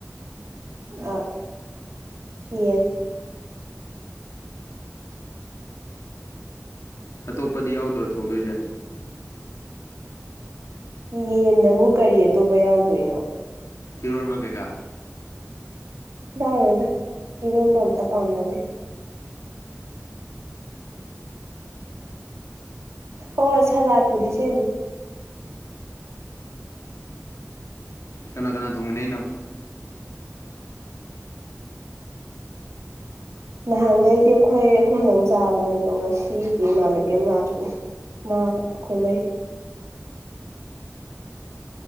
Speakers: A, on the right (about 80°); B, on the left (about 80°).
A: ꯑ ꯌꯦꯟ
B: ꯑꯇꯣꯞꯄꯗꯤ ꯌꯥꯎꯗ꯭ꯔꯣ ꯊꯣꯡꯗꯣꯏꯁꯦ
A: ꯌꯦꯟꯗꯕꯨ ꯀꯔꯤ ꯑꯇꯣꯞꯄ ꯌꯥꯎꯗꯣꯏꯅꯣ
B: ꯏꯔꯣꯟꯕ ꯀꯩꯀꯥ
A: ꯌꯥꯎꯔꯣꯏꯗ ꯏꯔꯣꯟꯕ ꯑꯝꯇ ꯄꯥꯝꯅꯗꯦ ꯑꯣ ꯁꯂꯥꯗ ꯄꯨꯗꯤꯁꯦꯝꯅꯤ
B: ꯀꯅꯥ ꯀꯅꯥ ꯊꯣꯡꯃꯤꯟꯅꯩꯅꯣꯅꯣ
A: ꯅꯍꯥꯟꯒꯩꯗꯤ ꯑꯩꯈꯣꯏ ꯑꯍꯨꯝꯗꯪ ꯆꯥꯕꯅꯦ ꯑꯗꯣ ꯉꯁꯤꯗꯤ ꯏꯃꯥꯟꯅꯕꯤ ꯑꯃ ꯂꯥꯛꯄꯅꯤ ꯃꯥ ꯑꯩꯈꯣꯏ ꯃꯔꯤ